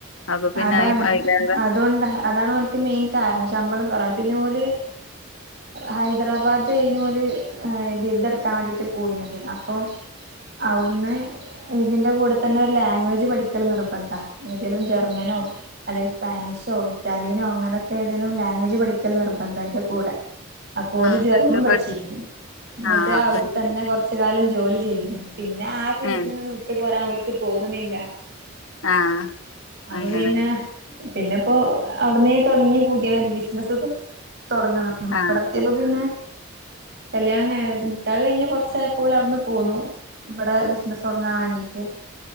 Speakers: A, on the left (about 75°); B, on the right (about 55°).
A: അപ്പൊ പിന്നെ
B: അതാണ്
A: അയി അയിലേറെ
B: അതുകൊണ്ട് അതാണ് അവൽക്ക് മെയിൻ കാരണം ശമ്പളം കുറവ പിന്നെ ഓല് ഹൈദരാബാദേനു ഓല് ബിരുദെടുക്കാ വാണ്ടിട്ട് പോയിനത് അപ്പം അവിടുന്ന് ഇതിന്റെ കൂടെ തന്നെ ഒരു ലാംഗ്വേജ് പഠിക ല് നിർബന്ധ ഏതേലും ജർമ്മനോ അല്ലെങ്കിൽ സ്പാനിഷോ ഇറ്റാലിയനോ അങ്ങനൊക്കെ ഏതെലും ലാംഗ്വേജ് പഠിക്കൽ നിർബന്ധം അൻ്റെ കൂടെ- അ പോല
A: ആ
B: ജർമ്മം
A: എന്നിട്ട്
B: പഠിച്ചീനി
A: പഠി
B: എന്നിട്ട്
A: ആ അപ്പൊ
B: അവിടെ
A: ഇനി-
B: തന്നെ കുറച്ച് കാലം ജോലി ചെയ്തിന്നി പിന്നെ ആ ഫീൽട്ന്ന്
A: ഏ
B: വിട്ട് പോരാൻ അവൽക്ക് തോന്നുന്നില്ല
A: ആ
B: അപ്പൊ
A: അങ്ങനെ
B: പിന്നെ പിന്നെ ഇപ്പോ അവിട്ന്നേ തുടങ്ങിയ പൂതിയാണ് ഒരു ബിസിനസ് തൊ തുടങ്ങണം
A: ആ
B: ഇവിടെത്തിയപ്പം പിന്നെ കല്യാണംകഴിഞ് നിക്കാഹ് കഴിഞ്ഞ് കുറച്ച് ആയപ്പോൾ അവിട്ന്ന് പോന്നു ഇവിടെബിസിനസ് തുടുങ്ങാൻ വേണ്ടിയിട്ട്